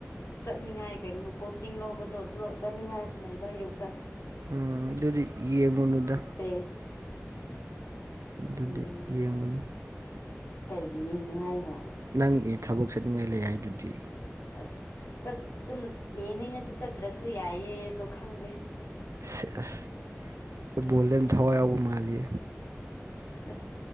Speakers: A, on the left (about 85°); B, on the right (about 85°).
A: ꯆꯠꯅꯤꯡꯉꯥꯏ ꯀꯩꯅꯣꯣ ꯀꯣꯆꯤꯡ ꯂꯧꯕꯗꯣ ꯑꯗꯨꯂꯞ ꯆꯠꯅꯤꯡꯉꯥꯏꯁꯨ ꯂꯩꯕ ꯑꯌꯨꯛꯇ
B: ꯎꯝ ꯑꯗꯨꯗꯤ ꯌꯦꯡꯉꯨꯅꯨꯗ
A: ꯇꯦ
B: ꯑꯗꯨꯗꯤ
A: ꯎꯝ
B: ꯌꯦꯡꯉꯨꯅꯨ
A: ꯀꯩꯒꯤ ꯌꯦꯡꯅꯣ ꯍꯥꯏꯅꯣ
B: ꯅꯪ ꯑꯦ ꯊꯕꯛ ꯆꯠꯅꯤꯡꯉꯥꯏ ꯂꯩ ꯍꯥꯏꯗꯨꯗꯤ
A: ꯑꯁ ꯑꯗꯨꯝ ꯌꯦꯡꯅꯤꯡꯉꯗꯤ ꯆꯠꯇ꯭ꯔꯁꯨ ꯌꯥꯏꯌꯦꯗꯣ ꯈꯪꯗꯦ
B: ꯁ ꯑꯁ ꯐꯨꯠꯕꯣꯜꯗ ꯑꯗꯨꯝ ꯊꯋꯥꯏ ꯌꯥꯎꯕ ꯃꯥꯜꯂꯤ
A: ꯑꯁ